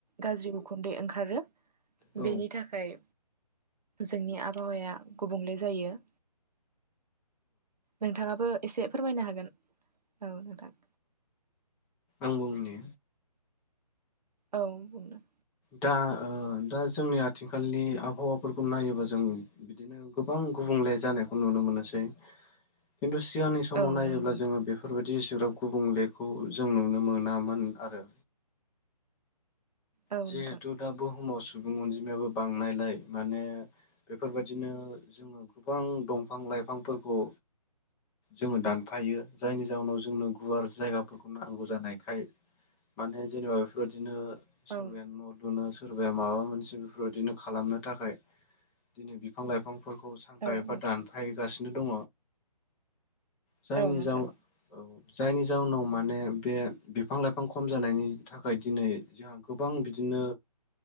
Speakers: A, on the right; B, in the centre.
A: गाज्रि उखुन्दै ओंखारो
B: औ
A: बेनि थाखाय जोंनि आबहावाया गुबुंले जायो। नोंथाङाबो एसे फोरमायनो हागोन औ नोंथां।
B: आं बुंनि
A: औ बुंनो
B: दा दा जोंनि आथिखालनि आबहावाफोरखौ नायोबा जों बिदिनो गोबां गुबुं ले जानायखौ नुनोमोनसै खिनथु सिगांनि समाव
A: औ
B: नायोब्ला
A: नंगौ नोंथां
B: जों बेफोर बादि बिदि सोग्राब गुबुंलेखौ जों नुनो मोनामोन आरो
A: औ
B: जिहेथु
A: नोंथां
B: दा बुहुमाव सुबुं अनजिमायाबो बांनायलाय माने बेफोरबायदिनो जोङो गोबां दंफां लाइफांफोरखौ जोङो दानफायो जायनि जााहनाव जोंनो गुवार जायगाफोरखौ नांगौ जानायखाय माने जेनेबा बेफोरबायदिनो सोरबाया
A: औ
B: न' लुनो सोरबाया माबा मोनसे बेफोरबायदिनो खालामनो थाखाय बिदिनो बिफां लाइफां फोरखौ सानफा
A: औ
B: एफा
A: नोंथां
B: दानफायगासिनो दङ जायनि
A: औ नोंथां
B: जाउन औ जायनि जाउनाव माने बे बिफां लाइफां खम जानायनि थाखाय दिनै जोंहा गोबां बिदिनो